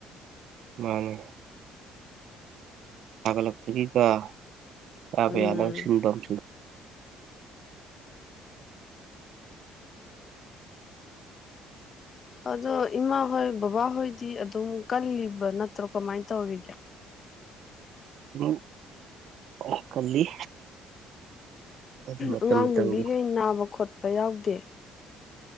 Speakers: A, on the right; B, on the left.
A: ꯃꯥꯅꯦ ꯁꯥꯒꯠꯂꯛꯄꯔꯤ ꯀ ꯆꯕ
B: ꯎꯝ
A: ꯌꯥꯅ ꯁꯤꯟꯝꯁꯨ
B: ꯑꯗꯣ ꯏꯃꯥ ꯍꯣꯏ ꯕꯕꯥꯍꯣꯏꯗꯤ ꯑꯗꯨꯝ ꯀꯜꯂꯤꯕ ꯅꯠꯇ꯭ꯔꯣ ꯀꯃꯥꯏꯅ ꯇꯧꯔꯤꯒꯦ
A: ꯎꯝ <unintelligible> ꯀꯜꯂꯤ ꯑꯗꯨ ꯃꯇꯝ
B: ꯑꯉꯥꯡ
A: ꯃꯇꯝꯒꯤ
B: ꯅꯨꯕꯤꯈꯩ ꯅꯥꯕ ꯈꯣꯠꯄ ꯌꯥꯎꯗꯦ